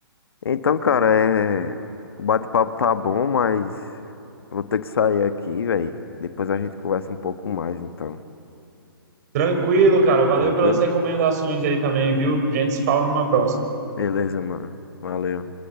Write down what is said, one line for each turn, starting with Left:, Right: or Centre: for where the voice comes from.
Left: Então, cara, é... o bate-papo tá bom, mas eu vou ter que sair aqui, velho. Depois a gente conversa um pouco mais, então.
Right: Tranquilo, cara. Valeu
Left: Tranquilo?
Right: pelas recomendações aí também, viu? A gente se fala numa próxima.
Left: Beleza, mano. Valeu.